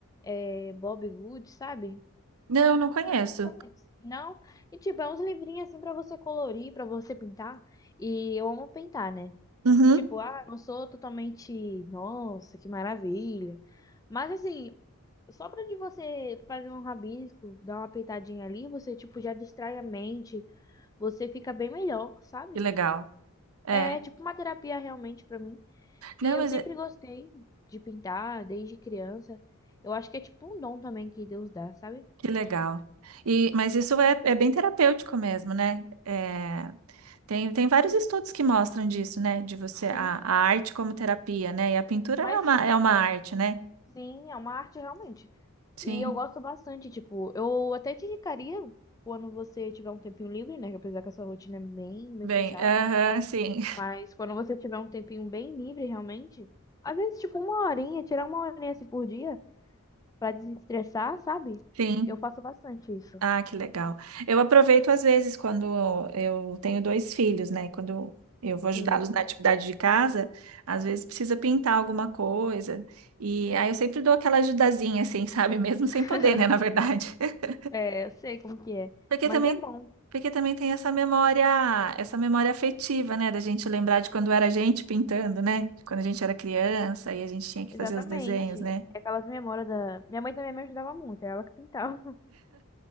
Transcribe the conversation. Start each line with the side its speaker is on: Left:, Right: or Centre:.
Left: é, Bob Good, sabe?
Right: Não, não conheço.
Left: Não, não conheço. Não? E tipo, é uns livrinhos assim pra você colorir, pra você pintar. E eu amo pintar, né?
Right: Uhum,
Left: Tipo, ah, não sou totalmente, nossa, que maravilha. Mas assim, só pra de você fazer um rabisco, dar uma pitadinha ali, você tipo já distrai a mente, você fica bem melhor, sabe?
Right: que legal. É.
Left: É tipo uma terapia realmente pra mim. E
Right: Não,
Left: eu
Right: mas
Left: sempre
Right: é,
Left: gostei de pintar desde criança. Eu acho que é tipo um dom também que Deus dá, sabe?
Right: que legal. E, mas isso é, é bem terapêutico mesmo, né? É, tem, tem vários estudos que mostram disso, né? De você,
Left: Sim.
Right: a, a arte como terapia, né? E a pintura
Left: Mas
Right: é uma, é uma arte, né?
Left: Sim, é uma arte realmente.
Right: Sim.
Left: E eu gosto bastante, tipo, eu até te indicaria quando você tiver um tempinho livre, né? que Apesar que essa rotina é bem, bem
Right: Bem,
Left: puxada.
Right: aham, sim.
Left: Mas quando você tiver um tempinho bem livre, realmente, às vezes, tipo, uma horinha, tirar uma horinha assim por dia pra desestressar, sabe?
Right: <laughs> Sim.
Left: Eu faço bastante isso.
Right: Ah, que legal. Eu aproveito às vezes quando eu tenho dois filhos, né? Quando eu vou ajudá-los
Left: Sim.
Right: na atividade de casa, às vezes precisa pintar alguma coisa. E aí eu sempre dou aquela ajudazinha, assim, <laughs> sabe? Mesmo
Left: <laughs>
Right: sem poder, né? Na verdade. <laughs>
Left: É, eu sei como que é.
Right: Porque
Left: Mas
Right: também,
Left: é bom,
Right: porque também tem essa memória, essa memória afetiva, né? Da gente lembrar de quando era a gente pintando, né? de Quando a gente era criança e a gente tinha que
Left: exatamente.
Right: fazer os desenhos, né?
Left: É aquelas memórias da. Minha mãe também me ajudava muito, era ela que pintava. <laughs>